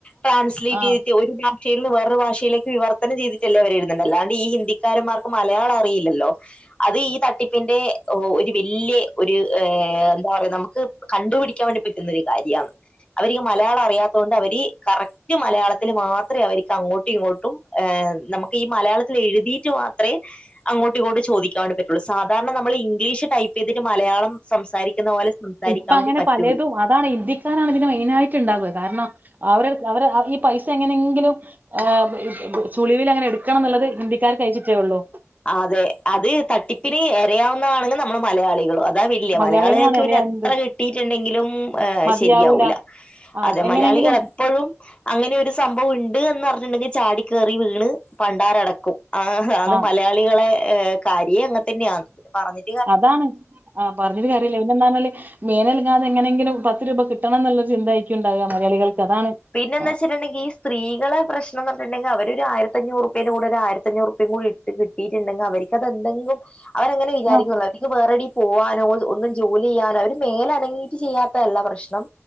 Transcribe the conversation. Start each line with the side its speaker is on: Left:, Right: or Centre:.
Left: ട്രാൻസ്ലേറ്റ്
Right: ആ.
Left: ചെയ്ത് ഒരു ക ഭാഷയിൽ വേറെ ഒരു ഭാഷയിലേക്ക് വിവർത്തനം ചെയ്തിട്ട് അല്ലേ അവര് എഴുത്തുന്നത് അല്ലാണ്ട് ഈ ഹിന്ദിക്കാരൻ മാർക്ക് മലയാളം അറിയില്ലല്ലോ അത് ഈ തട്ടിപ്പിന്റെ ഒരു വെല്യ ഒരു ഏ എന്താ പറയാ നമുക്ക് കണ്ടുപിടിക്കാൻ വേണ്ടി പറ്റുന്ന ഒരു കാര്യാന്ന് അവരിക്ക് മലയാളം അറിയാത്ത കൊണ്ട് അവര് കറക്റ്റ് മലയാളത്തില് മാത്ര അവർക്ക് അങ്ങോട്ടും ഇങ്ങോട്ടും ഏഹ നമുക്ക് ഈ മലയാളത്തിൽ എഴുതിയിട്ട് മാത്രേ അങ്ങോട്ടും ഇങ്ങോട്ടും ചോദിക്കും അവരെ പറ്റി ഒള്ളത് സാധാരണ നമ്മൾ ഇംഗ്ലീഷ് ടൈപ്പ് ചെയ്തിട്ട് മലയാളം സംസാരിക്കുന്ന പോലെ സംസാരിക്കാ
Right: ഇപ്പ
Left: വേണ്ടി
Right: അങ്ങനെ
Left: പറ്റൂൽ
Right: പലതും അതാണ് ഹിന്ദിക്കാര് ആന്ന് ഇതില് മെയിന് ആയിട്ട് ഇണ്ടാകുന്നത് കാരണം അവര് അവര് ഈ പൈസ എങ്ങനെ എങ്കിലും ആഹ് ചുളിവിൽ എങ്ങനെ എടുക്കണം എന്നുള്ളത് ഹിന്ദിക്കാര് കഴിച്ചിട്ടേ ഒള്ളൂ
Left: ആഹ് അതെ അത് തട്ടിപ്പിന് എരയാവുന്നത് ആണെങ്കിൽ നമ്മള് മലയാളികളും അ അതാ വല്യ
Right: മലയാളികളാണ്
Left: മലയാളികൾക്ക്
Right: എരയാകുന്നത്.
Left: പിന്നെ എത്ര കിട്ടിയിട്ടുണ്ടെങ്കിലും
Right: മതിയാവൂല.
Left: ശരിയാവൂല
Right: ആ
Left: അതെ
Right: എങ്ങനെങ്കിലും
Left: മലയാളികൾ എപ്പോഴും അങ്ങനെ ഒരു സംഭവം ഉണ്ട് എന്ന് പറഞ്ഞിണ്ടെങ്കിൽ ചാടി കറി വീണ് പണ്ടാരടക്കും ആ അതാണ്
Right: ആ
Left: മലയാളികളെ കാര്യം അങ്ങനെ തന്നെയാ പറഞ്ഞി്
Right: അതാണ് ആ പറഞ്ഞിട്ട് കാര്യല്യ പിന്നെന്നാല് മേളനങ്ങാതേ എങ്ങനെങ്കിലും പത്ത് രൂപ കിട്ടണം എന്നുള്ളരു ചിന്തയായിക്കുംണ്ടാവ മലയാളികൾക്ക് അതാണ്
Left: പിന്നന്നച്ചട്ടുണ്ടെങ്കി
Right: ആ
Left: ഈ സ്ത്രകളെ പ്രശ്നംന്ന്ണ്ടങ്കിൽ അവ ഒരു ആയിരഞ്ഞൂറുപ്യെന്റെ കൂടെ ഒരു ആയിരത്തഞ്ഞൂറുപ്യ കൂടി ത് കിട്ടിയിട്ടുണ്ടെങ്കി അവർക്ക്തെന്തെങ്കും അവരങ്ങനെ വിചാരിക്കുന്നു
Right: ആ
Left: അവർക്ക് വേറെടി പോവാനോ ഒന്നും ജോലി ചെയ്യാനോ അവര് മേലനങ്ങിട്ട് ചെയ്യാത്തല്ല പ്രശ്നം